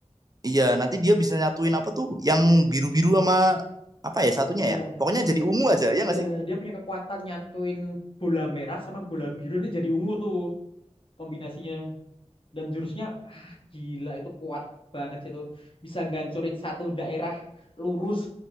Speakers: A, on the right; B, on the left.
A: Iya, nanti dia bisa nyatuin apa tuh yang biru-biru sama apa ya satunya
B: iya
A: ya. Pokoknya
B: ah,
A: jadi
B: dia
A: ungu aja, ya
B: iya
A: nggak sih?
B: dia punya kekuatan nyatuin bola merah sama bola biru ini jadi ungu tuh kombinasinya dan jurusnya ah, gila itu kuat banget sih itu bisa ngancurin satu daerah lurus